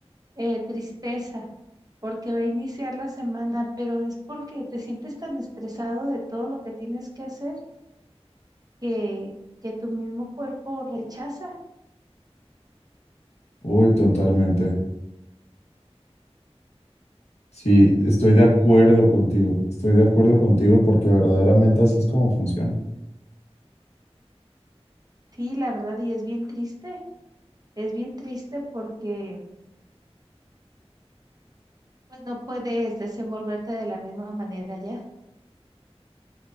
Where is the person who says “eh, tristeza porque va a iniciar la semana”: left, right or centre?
Right